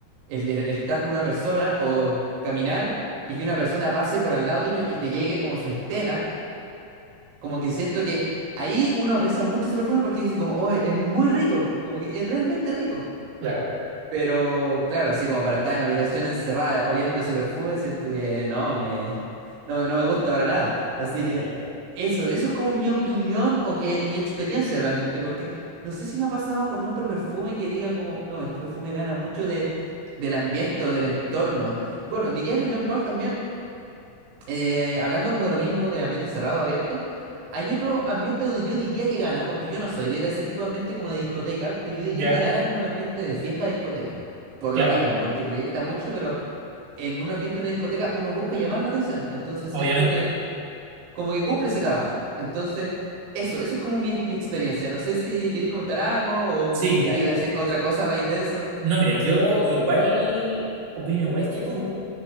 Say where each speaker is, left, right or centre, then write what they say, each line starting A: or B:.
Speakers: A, on the right (about 75°); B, on the right (about 55°).
A: el, el- el estar con una persona o caminar y que una persona pase por al lado tuyo y te llegue como su estela. Como que siento que ahí uno aprecia mucho ese perfume porque dice como, oh, es muy rico, como que es realmente rico.
B: claro,
A: Pero claro, así como para estar en una habitación encerrada oliendo ese perfume, siento que no me, no, no me gusta para nada. Así
B: sí,
A: que eso, eso es como mi opinión o que mi experiencia realmente, porque no sé si me ha pasado con otro perfume que diga como, no, este perfume gana mucho de, del ambiente o del entorno. Bueno, diría que el Jean Paul también eh, hablando como de lo mismo, de ambiente cerrado, abierto, hay otro ambiente donde yo diría que gana, porque yo no soy de ir a ese tipo de ambiente como de discoteca, pero yo diría
B: ya,
A: que gana como el ambiente de fiesta discoteca. Por
B: claro,
A: lo mismo, porque proyecta mucho, pero en un ambiente de una discoteca uno busca llamar la atención. Entonces siento
B: obviamente.
A: que como que cumple ese trabajo. Entonces, eso, eso es como mi, mi experiencia. No sé si queréis comentar algo o
B: Sí,
A: me
B: mira,
A: queréis decir otra cosa a raíz de eso.
B: no, mira, yo igual opino igual que tú,